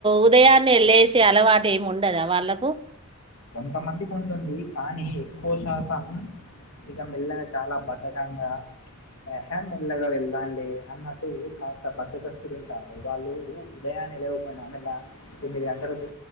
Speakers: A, on the right; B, on the left.
A: ఉదయాన్నే లేసి అలవాటు ఏమి ఉండదా వాళ్ళకు
B: కొంతమందికి ఉంటుంది, కానీ ఎక్కువ శాతం ఇక మెల్లగా చాలా బద్ధకంగాహ మెల్లగా వెళ్దాంలే అన్నట్టు కాస్త బధకస్తుడు ఉంటారు, వాళ్ళు ఉదయాన్న లేవకుండా మెల్ల తొమ్మిది గంటలకు